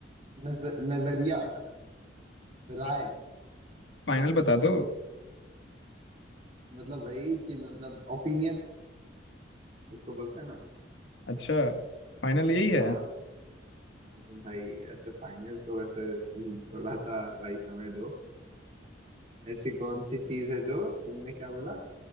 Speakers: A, on the right; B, on the left.
A: नज, नजरिया राय
B: फाइनल बता दो
A: मतलब वही कि मतलब ओपिनियन उसको बोलते हैं ना
B: अच्छा फाइनल यही है
A: हाँ लेकिन भाई ऐसे फाइनल तो वैसे हम्म, थोड़ा सा भाई समय दो ऐसी कौन सी चीज है जो तुमने क्या बोला